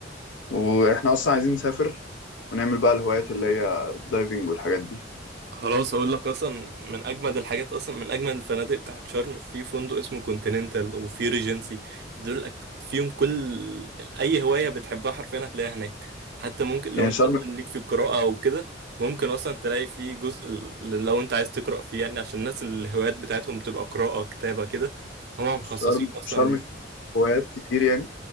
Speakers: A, on the left; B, on the right.
A: واحنا اصلا عايزين نسافر ونعمل بقى الهوايات اللي هي الدايفنج والحاجات دي
B: خلاص هقول لك اصلا من اجمد الحاجات اصلا من اجمد الفنادق بتاعت شرم في فندق اسمه كونتيننتال وفي ريجنسي دول أك- فيهم كل اي هوايه بتحبها حرفيا هتلاقيها هناك حتى ممكن لو
A: يعني
B: انت
A: شرم
B: مثلا ليك في القراءه او كده ممكن اصلا تلاقي فيه جزء ل- لو انت عايز تقرا فيه يعني عشان الناس الهوايات بتاعتهم تبقى قراءه كتابه كده هم مخصصين
A: شرم
B: اصلا
A: شرم في هوايات كتير يعني